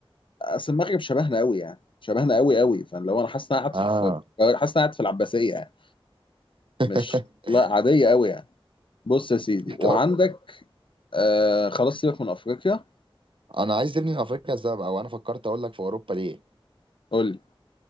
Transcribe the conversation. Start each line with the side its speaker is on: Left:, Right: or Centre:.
Left: اصل المغرب شبهنا قوي يعني شبهنا قوي قوي فلو انا حاسس ان انا قاعد
Right: اه
Left: في في- حاسس ان انا قاعد في العباسيه يعني
Right: <laughs>
Left: مش لا عاديه قوي يعني بص يا سيدي
Right: طب
Left: وعندك آه خلاص سيبك من افريقيا
Right: انا عايز ابني من افريقيا السبب او انا فكرت اقول لك في اوروبا ليه
Left: قول لي